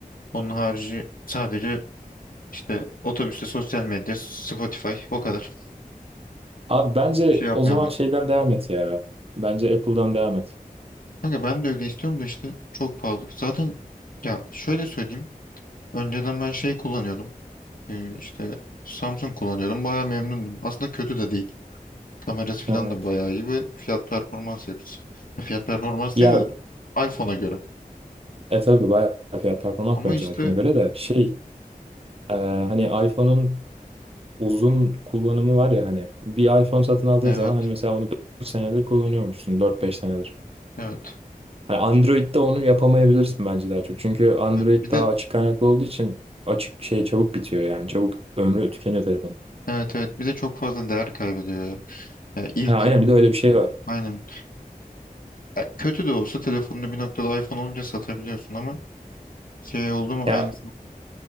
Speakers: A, on the left (about 65°); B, on the right (about 40°).
A: Onun harici sadece işte otobüste sosyal medya, Spotify o kadar.
B: Abi bence
A: Bir şey yapmıyorum
B: o zaman
A: aslında.
B: şeyden devam et ya. Bence Apple'dan devam et.
A: Kanka ben de öyle istiyorum da işte çok pahalı. Zaten ya şöyle söyleyeyim. Önceden ben şey kullanıyordum. Ee, işte Samsung kullanıyordum. Bayağı memnundum. Aslında kötü de değil. Kamerası
B: Hı
A: falan
B: hı.
A: da bayağı iyi ve fiyat performans hepsi. Fiyat performans
B: Ya
A: değil de iPhone'a göre.
B: e tabii bayağı fiyat performans
A: Ama
B: bence
A: işte
B: iPhone'a göre de şey e, hani iPhone'un uzun kullanımı var ya hani bir iPhone satın aldığın
A: evet
B: zaman hani mesela onu 4 senedir kullanıyormuşsun dört beş senedir.
A: evet.
B: Yani Android'de onu yapamayabilirsin bence daha çok. Çünkü Android
A: Evet. Bir de
B: daha açık kaynaklı olduğu için açık şey çabuk bitiyor yani. Çabuk ömrü tükeniyor telefonun.
A: evet evet bir de çok fazla değer kaybediyor ya. Ya ilk
B: Ha aynen bir de öyle bir şey var.
A: aynen. Ya kötü de olsa telefonunu bir noktada iPhone olunca satabiliyorsun ama şey oldu mu
B: Ya
A: aynısı